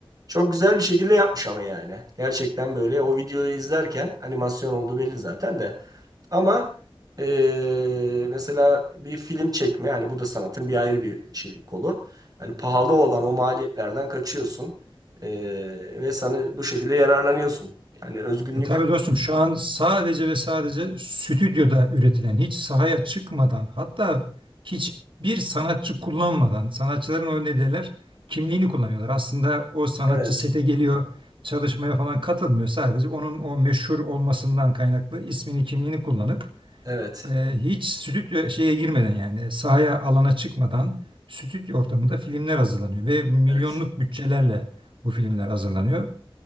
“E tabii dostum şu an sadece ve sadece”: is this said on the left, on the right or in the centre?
Right